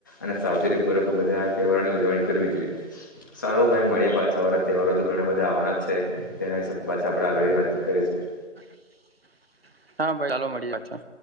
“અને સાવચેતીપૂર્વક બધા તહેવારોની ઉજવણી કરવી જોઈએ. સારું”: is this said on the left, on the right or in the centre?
Left